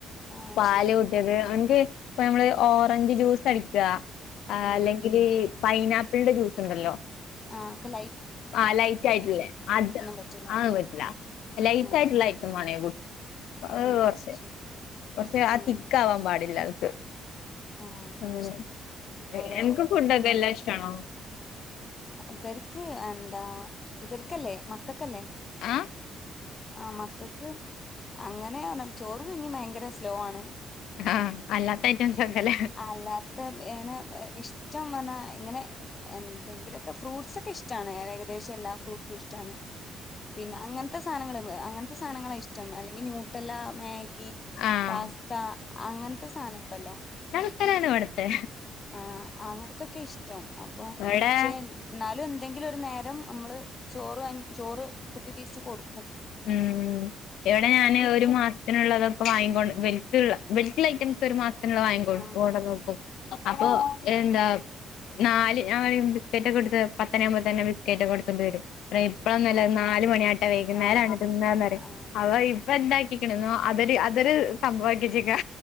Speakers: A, on the left; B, on the left.
A: ആഹ്
B: പാല്
A: ശരി
B: കുട്ടേത് അണ്ടി ഇപ്പ നമ്മള് ഓറഞ്ച് ജ്യൂസ് അടിക്കാ ആ
A: ആഹ്
B: അല്ലെങ്കില് പൈനാപ്പിളിന്റെ ജ്യൂസ് ണ്ടല്ലോ
A: ആ ക്കെ ലൈ
B: ആ ലൈറ്റ് ആയിട്ട്ള്ളേ അത്
A: പറ്റൂല
B: ആവറ്റിലാ ലൈറ്റ്
A: അയ്
B: ആയിട്ടുള്ള
A: ശരി
B: ഐറ്റം വാണേംഏതും ആവ്
A: ആഹ്
B: കൊറച്ചേ
A: ശരി
B: കൊറച്ചേ ആ
A: അങ്ങനെ
B: തിക്കാവാൻ പാടില്ല അവൾക്ക്
A: ആഹ്
B: ഉം
A: അയ് ശരി
B: എ
A: ഓരോ
B: എനിക്ക് ഫുഡെല്ലാ എല്ലാം ഇഷ്ടമാണോ
A: ഇവര്ക്ക് എന്താ ഇവര്ക്കല്ലേ മക്കക്കല്ലേ
B: ആഹ്
A: ആഹ് മക്കക്ക് അ അങ്ങനെയാണ് ചോറും കഞ്ഞീം ഭയങ്കര സ് ലോ ആണ്
B: ആഹ് അല്ലാത്ത ഐറ്റം സൊക്കല്ലേ
A: അല്ലാത്തെ എങ്ങനെ ഇഷ്ടം പറഞ്ഞാ ഇങ്ങനെ എന്തെങ്കിലൊക്കെ ഫ്രൂട്ട്സെക്കെ ഇഷ്ടാണ് ഏകദേശം എല്ലാ ഫ്രൂട്ട്സും ഇഷ്ടാണ് പിന്നെ അങ്ങൻത്ത സാനങ്ങള് എ അങ്ങനത്ത സാനങ്ങളാ ഇഷ്ടം അല്ലെങ്കി ന്യൂട്ടെല്ല മാഗി
B: ആഹ്
A: പാസ്ത അങ്ങന് ത്തെ സാനണ്ടല്ലോ
B: ങ്ങനാണ് കൊടുത്തെ
A: ആഹ് അങ്ങന്‌ ത്തൊക്കെ ഇഷ്ടം അപ്പൊ
B: ഇവിടെ
A: ഷെ ന്നാലും എന്തെങ്കിലും ഒരു നേരം നമ്മള് ചോറ് അൻ ചോറ് കുത്തിത്തിരിച്ച് കൊടുക്കും
B: ഉം ഇവിടെ ഞാന്
A: ചിക്കൻ
B: ഒരു മാസ ത്തിനുള്ളത് ഇപ്പ വാങ്ങിക്കൊണ്ട് വൽക്ക് ള്ള വൽക്ക് ഐറ്റംസ് ഒര്മാസ ത്തിനുള്ള വാങ്ങിക്കോണ്ട്
A: ആഹ്
B: കൊടക്കും ക്കും അപ്പൊ
A: ആഹ്
B: എന്താ നാല് ഞാൻ പറയും ബിസ്ക്കറ്റൊക്കെ ടുത്ത് പത്തണായാമ്പോ തന്നെ ബിസ്ക്കെറ്റൊക്ക എടുത്തുണ്ട് വരും അത്രേം ഇപ്പളൊന്നല്ല
A: ആഹ്
B: നാല് മണിയാട്ടെ വൈകുന്നേരാണ്
A: ആഹ്
B: തിന്നാന്നറിം
A: ആഹ് ആഹ്
B: അവ ഇ ഇപ്പ എന്താക്കിക്ക്ണ് ന്നോ അതൊര് അതൊര് സംഭവാക്കി വെച്ചേക്ക